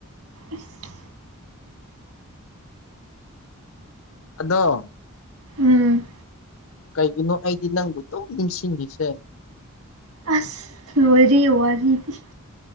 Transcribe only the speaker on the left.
ꯑꯗꯣ
ꯀꯩꯒꯤꯅꯣ ꯑꯩꯗꯤ ꯅꯪꯕꯨ ꯗꯨꯝ ꯅꯤꯡꯁꯤꯡꯔꯤꯁꯦ